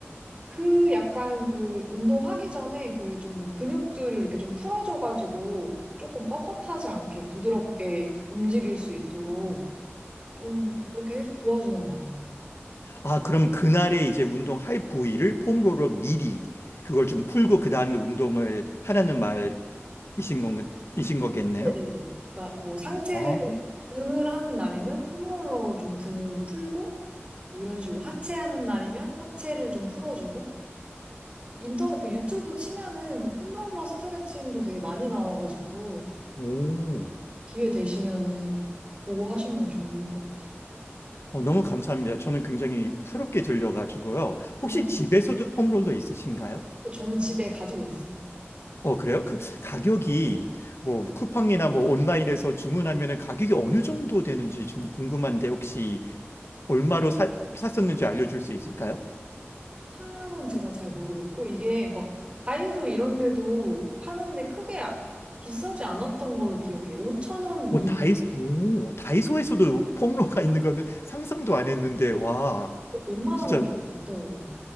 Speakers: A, on the right (about 30°); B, on the left (about 70°).
A: 그 약간 그 운동하기 전에 그 좀 근육들을 이렇게 좀 풀어줘가지고 조금 뻣뻣하지 않게 부드럽게 움직일 수 있도록 좀 그렇게 도와주는 것 같아요.
B: 아, 그럼 그날에 이제 운동할 부위를 폼롤러 미리 그걸 좀 풀고 그 다음에 운동을 하라는 말이신 건, 이신 거겠네요?
A: 네네네. 막 뭐 상체를
B: 아,
A: 등을 하는 날이면 폼롤러로 좀 등을 풀고 뭐 이런 식으로 하체 하는 날이면 하체를 좀 풀어주고 인터 그 유튜브 치면은 그 폼롤러 스트레칭도 되게 많이 나와가지고
B: 오,
A: 기회 되시면은 보고 하시면 좋을 것 같아요.
B: 어, 너무 감사합니다. 저는 굉장히 새롭게 들려가지고요.
A: 어,
B: 혹시 집에서도 폼롤러 있으신가요?
A: 저는 집에 가지고 있어요.
B: 어, 그래요? 그 가격이 뭐 쿠팡이나 뭐 온라인에서 주문하면은 가격이 어느 정도 되는지 좀 궁금한데 혹시 얼마로 사, 샀었는지 알려줄 수 있을까요?
A: 향은 제가 잘 모르겠고, 이게 막 다이소 이런 데도 파는데 크게 아- 비싸지 않았던 걸로 기억해요. 5천 원 미만?
B: 오, 다이소, 오, 다이소에서도 폼롤러가 있는 거는 상상도 안 했는데 와,
A: 웬만한
B: 진짜
A: 거 다 있더라고요.